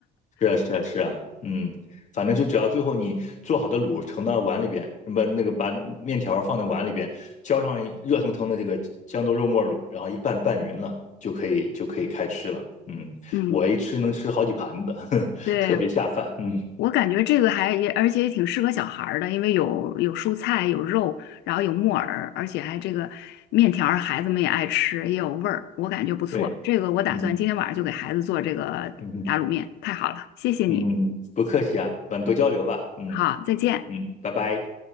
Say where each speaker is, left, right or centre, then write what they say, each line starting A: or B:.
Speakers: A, on the left; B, on the left.
A: 是啊，是啊，是啊，嗯，反正就只要最后你做好的卤盛到碗里边，把那个把面条放到碗里边，浇上热腾腾的这个豇豆肉沫卤，然后一拌拌匀了，就可以就可以开吃了。嗯，
B: <laughs> 嗯，
A: 我一吃能吃好几盘子，<laughs>
B: 对，
A: 特别下饭。嗯，
B: 我感觉这个还也，而且也挺适合小孩儿的，因为有有蔬菜，有肉，然后有木耳，而且还这个面条儿孩子们也爱吃，也有味儿，我感觉不错。
A: 对，
B: 这个我打算今天晚上就给孩子做这个打卤面，
A: 嗯嗯。
B: 太好了，谢谢你。
A: 嗯，不客气啊，我们多交流吧。嗯
B: 好，再见。
A: 嗯，拜拜。